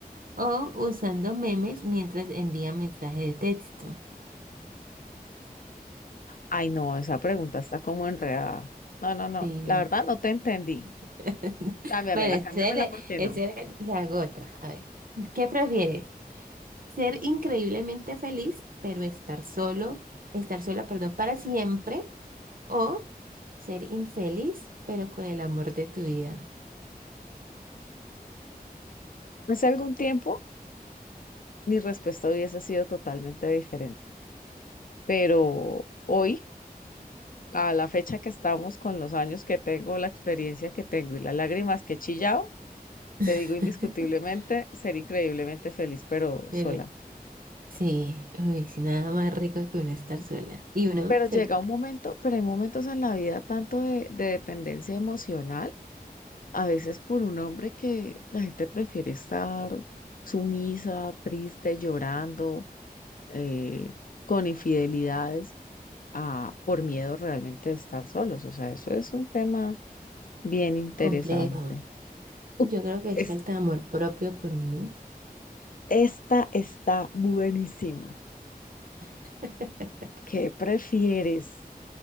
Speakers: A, on the right (about 60°); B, on the left (about 60°).
A: O usando memes mientras envía mensaje de texto.
B: Ay, no, esa pregunta está como enredada. No, no, no,
A: Sí.
B: la verdad no te entendí.
A: <laughs>
B: Cámbiamela,
A: Bueno,
B: cámbiamela,
A: ese le,
B: ¿por qué
A: ese
B: no?
A: le hago otra. A ver, ¿qué prefieres? ¿Ser increíblemente feliz, pero estar solo, estar sola, perdón, para siempre? ¿O ser infeliz, pero con el amor de tu vida?
B: Hace algún tiempo mi respuesta hubiese sido totalmente diferente, pero hoy, a la fecha que estamos, con los años que tengo, la experiencia que tengo y las lágrimas que he chillado,
A: <laughs>
B: te digo indiscutiblemente, ser increíblemente feliz, pero
A: Debe-
B: sola.
A: Sí, uy, sí, nada más rico que uno estar sola. Y uno
B: Pero
A: se
B: llega un momento, pero hay momentos en la vida tanto de de dependencia emocional A veces por un hombre que la gente prefiere estar sumisa, triste, llorando, eh, con infidelidades, a, por miedo realmente de estar solos. O sea, eso es un tema bien interesante.
A: complejo.
B: Uf,
A: Yo creo que es
B: es,
A: falta de amor propio por uno.
B: esta está buenísima.
A: <laughs>
B: ¿Qué prefieres?